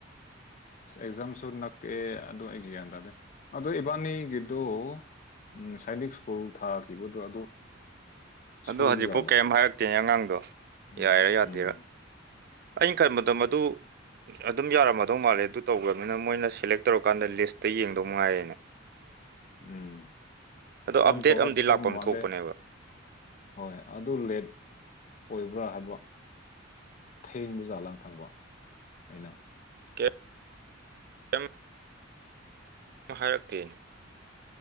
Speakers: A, on the left; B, on the right.
A: ꯑꯁ ꯑꯦꯛꯖꯥꯝꯁꯨ ꯅꯛꯀꯑꯦ ꯑꯗꯨ ꯑꯩꯒꯤ ꯒ꯭ꯌꯥꯟ ꯇꯥꯗꯦ ꯑꯗꯨ ꯏꯕꯥꯅꯤꯒꯤꯗꯨ ꯎꯝ ꯉꯁꯥꯏꯗꯤ ꯁ꯭ꯀꯨꯜ ꯊꯥꯈꯤꯕꯗꯣ ꯑꯗꯨ
B: ꯑꯗꯣ
A: ꯁꯣꯏꯕ
B: ꯍꯧꯖꯤꯛꯐꯥꯎ
A: ꯖꯥꯠꯂꯥ
B: ꯀꯔꯤꯝ ꯍꯥꯏꯔꯛꯇꯦꯅꯦ ꯑꯉꯥꯡꯗꯣ
A: ꯎꯝ
B: ꯌꯥꯏꯔꯤꯔꯥ ꯌꯥꯗꯤꯔꯥ
A: ꯎꯝ
B: ꯑꯩꯅ ꯈꯟꯕꯗ ꯃꯗꯨ ꯑꯗꯨꯝ ꯌꯥꯔꯝꯃꯗꯧ ꯃꯥꯜꯂꯦ ꯑꯗꯨ ꯇꯧꯈ꯭ꯔꯕꯅꯤꯅ ꯃꯣꯏꯅ ꯁꯦꯂꯦꯛ ꯇꯧꯔꯀꯥꯟꯗ ꯂꯤꯁꯇ ꯌꯦꯡꯗꯧ ꯃꯉꯥꯏꯔꯦꯅꯦ
A: ꯎꯝ
B: ꯑꯗꯣ
A: ꯐꯣꯟ
B: ꯑꯞꯗꯦꯠ
A: ꯇꯧꯔꯛꯗꯧꯕ
B: ꯑꯃꯗꯤ ꯂꯥꯛꯐꯝ
A: ꯃꯥꯜꯂꯦ
B: ꯊꯣꯛꯄꯅꯦꯕ
A: ꯍꯣꯏ ꯑꯗꯨ ꯂꯦꯠ ꯑꯣꯏꯕ ꯔꯥ ꯍꯥꯏꯕ ꯊꯦꯡꯕ ꯖꯥꯠꯂ ꯈꯪꯕ ꯑꯩꯅ
B: ꯀꯦ ꯀꯦꯝ ꯍꯥꯏꯔꯛꯇꯦꯅꯦ